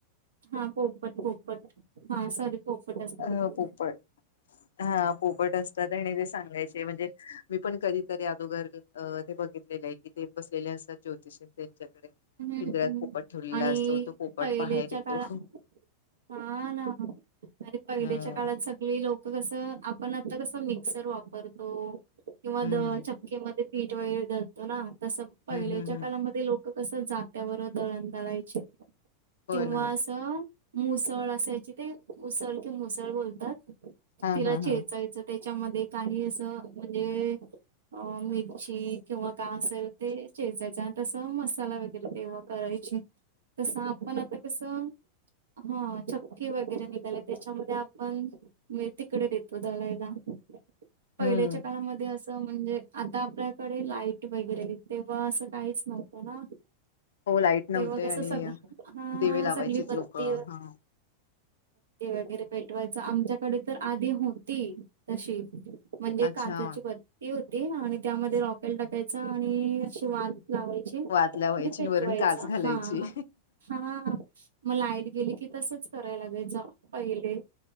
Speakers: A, on the right (about 65°); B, on the left (about 65°).
A: हा पोपट पोपट हा सॉरी. पोपट. असतात
B: अ
A: ते.
B: पोपट.. हा पोपट असतात आणि ते सांगायचे म्हणजे मी पण कधीतरी अदोगर... अ ते बघितलेले आहे कि ते बसलेले असतात ज्यतिषी त्यांच्याकडे.
A: हम्म
B: पिंजऱ्यात पोपट ठेवलेला
A: आणि
B: असतो तो पोपट
A: पहिलेच्या
B: बाहेर येतो..
A: काळात हा ना आणिे
B: हम्म
A: पहिलेच्या काळात सगळे लोक. कस आपण आता कस मिक्सर वापरतो किंवा.
B: हम्म
A: पीठ वगैरे धळतो ना तस पहिल्याच्या
B: हम्म हम्म हम्म.
A: काळामध्ये लोक-.. - कसं जात्यावर दळण दळायचे
B: हो
A: किंवा
B: ना
A: असं... मुसळ असायची ते मुसळ कि मुसळ बोलतात
B: हा
A: तिला
B: हा
A: चेचायचं...
B: हा
A: त्याच्यामध्ये काही असं म्हणजे... अ मिरची किंवा काय असेल ते चेजायचं आणि तसं मसाला वगैरे तेव्हा करायची....
B: ह...
A: तसं आपण आता कसं हा चक्कीे वगैरे निघाले त्याच्यामध्ये आपण... म तिकडे देतो दळायला पहिल्याच्या
B: हम्म
A: काळामध्ये अस.... म्हणजे आता आपल्याकडे लाईट वगैरे तेव्हा असं काहीच नव्हतं ना.....
B: हो लाईट नव्हते
A: तेव कस
B: आणि
A: सग हा
B: दिवे लावायचीच
A: सगळी ब..
B: लोक
A: बत्ती
B: हा
A: वगैरे पेटवायचं आमच्याकडे तर आधी होती..... तशी म्हणजे
B: अच्छा
A: काचाची बत्ती.... ती होती आणि त्यामध्ये रॉकेल टाकायचा आणि अशी वात लावायची......
B: वातल्या व्हायची
A: पेटवायचा
B: आणि वरून काच घालायची
A: हा हा.. मग लाईट गेली की तसच करायला लागेल जा पहिले..